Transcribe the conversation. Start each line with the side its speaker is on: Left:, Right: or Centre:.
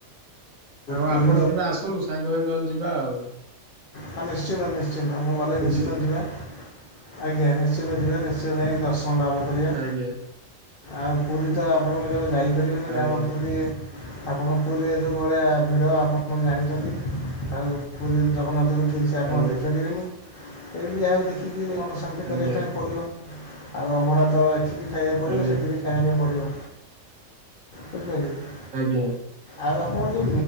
Right: ଆଉ
Left: ପୁରୀ
Right: ଆପଣ
Left: ତ
Right: କେବେ ଆସନ୍ତୁ ସାଙ୍ଗ ହେଇ ନହଲେ ଯିବା ଆଉ
Left: ହଁ ନିଶ୍ଚିନ୍ତ ନିଶ୍ଚିନ୍ତ ମୁଁ ଗଲେ
Right: ବୁଝିଲେ
Left: ନିଶ୍ଚିନ୍ତ ଯିବା ଆଜ୍ଞା ନିଶ୍ଚନ୍ତ ଯିବା ନିଶ୍ଚନ୍ତ ଯାଇ ଦର୍ଶନ ଲାଭ କରିବା
Right: ଆଜ୍ଞା
Left: ଆଉ ପୁରୀ ତ ଆପଣ କେବେ ଯାଇପାରିବେନି
Right: ଆଜ୍ଞା।
Left: କାରଣ ପୁରୀ ଆପଣ ପୁରୀରେ ଯୋଉ ଭଳିଆ ଭିଡ ଆପଣ ଜାଣିଛନ୍ତି ଆଉ ପୁରୀ ଜଗନ୍ନାଥଙ୍କୁ ଠିକସେ ଆପଣ
Right: ଆଜ୍ଞା
Left: ଦେଇପାରିବେନି ଏଇଠି ଯାହାକୁ ଦେଖିକି ମନ ଶାନ୍ତି କରିବା
Right: ଆଜ୍ଞା
Left: ପାଇଁ ପଡ଼ିବ ଆଉ ଅଭଢା ତ ଏଠି ବି ଖାଇବାକୁ ପଡିବ
Right: ଆଜ୍ଞା
Left: ସେଠି ବି ଏବେ ପଢ଼ିବ ବଝି ପରିଲେ କି
Right: ଆଜ୍ଞା
Left: ଆଉ ଆପଣ ଯୋଉ